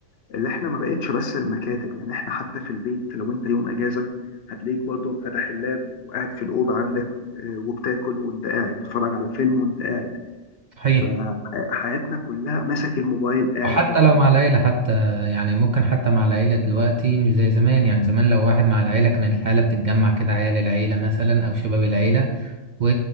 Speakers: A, on the left (about 55°); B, on the right (about 60°).
A: اللي احنا ما بقتش بس المكاتب يعني احنا حتى في البيت لو انت يوم اجازة هتلاقيك برضو فاتح اللاب وقاعد في الأوضة عندك آه، وبتاكل وانت قاعد بتتفرج على فيلم وانت قاعد
B: صحيح
A: فحياتنا كلها ماسك الموبايل قاعد
B: وحتى
A: برضه
B: لو مع العيلة حتى يعني ممكن حتى مع العيلة دلوقتي مش زي زمان يعني زمان لو واحد مع العيلة كانت العيلة بتتجمع كده عيال العيلة مثلا أو شباب العيلة و...